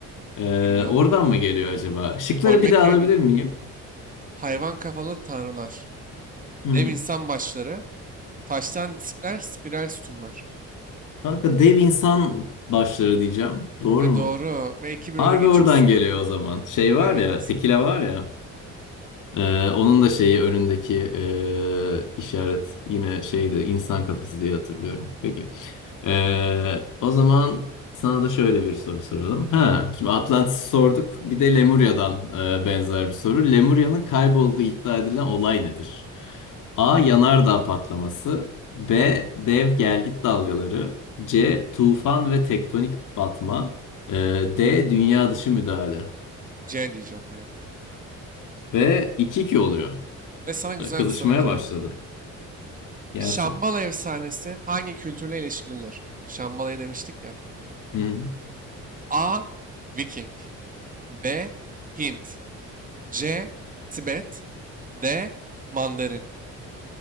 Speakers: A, on the left; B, on the right.
A: Ee,
B: Bilmiyorum
A: oradan
B: vallahi.
A: mı geliyor acaba? Şıkları
B: Olmeka'yı
A: bir daha alabilir miyim?
B: Hayvan kafalı tanrılar.
A: Hmm.
B: Dev insan başları. Taştan diskler. Spiral sütunlar.
A: Kanka dev insan başları diyeceğim. Doğru
B: Ve
A: mu?
B: doğru. Ve iki bir
A: Harbi
B: öne geçiyorsun.
A: oradan geliyor o zaman. Şey var
B: Evet.
A: ya, tekila var ya. Ee, onun da şeyi önündeki e, işaret yine şeydi insan kafası diye hatırlıyorum. Peki. Ee, o zaman sana da şöyle bir soru soralım. Ha, şimdi Atlantis sorduk. Bir de Lemurya'dan e, benzer bir soru. Lemurya'nın kaybolduğu iddia edilen olay nedir? A. Yanardağ patlaması. B. Dev gelgit dalgaları. C. Tufan ve tektonik batma. E, D. Dünya dışı müdahale.
B: C diyeceğim ya.
A: Ve iki 2 oluyor.
B: Ve sana güzel
A: Kızışmaya
B: bir soru geliyor.
A: başladı. Gelsin.
B: Şambala efsanesi hangi kültürle ilişkilidir? Şambala'yı demiştik ya.
A: Hı hı.
B: A. Viking. B. Hint. C. Tibet. D. Mandarin.